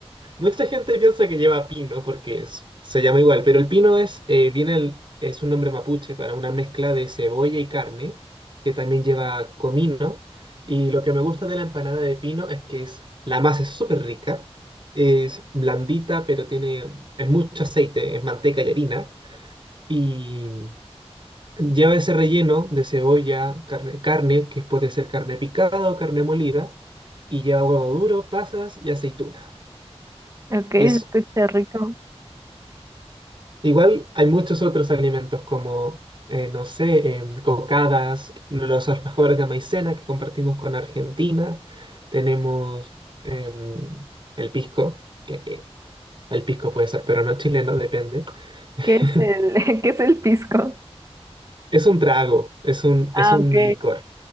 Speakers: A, on the right; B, on the right.
A: Mucha gente piensa que lleva pino porque es- se llama igual, pero el pino es, eh, viene el- es un nombre mapuche para una mezcla de cebolla y carne, que también lleva comino. Y lo que me gusta de la empanada de pino es que es, la masa es súper rica, es blandita, pero tiene, es mucho aceite, es manteca y harina. Y lleva ese relleno de cebolla, carne, carne, que puede ser carne picada o carne molida, y lleva huevo duro, pasas y aceituna.
B: Ok, se
A: Y es...
B: escucha rico.
A: Igual hay muchos otros alimentos como, eh, no sé, em, cocadas, los alfajores de maicena que compartimos con Argentina. Tenemos em, el pisco, que eh, el pisco puede ser, pero no chileno, depende. <laughs>
B: ¿Qué es el, <laughs> qué es el pisco?
A: Es un trago, es un, es
B: Ah,
A: un
B: ok.
A: licor,